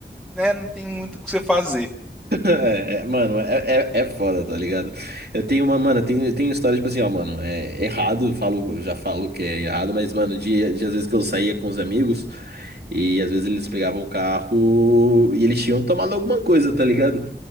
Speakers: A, in the centre; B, on the right.
A: né, não tem muito o que você fazer.
B: É, é, mano, é, é, é foda, tá ligado? Eu tenho uma, mano, eu tenho, eu tenho história, tipo assim, ó, mano, é errado, falo, já falo que é errado, mas, mano, de, de às vezes que eu saía com os amigos e às vezes eles pegavam o carro e eles tinham tomado alguma coisa, tá ligado?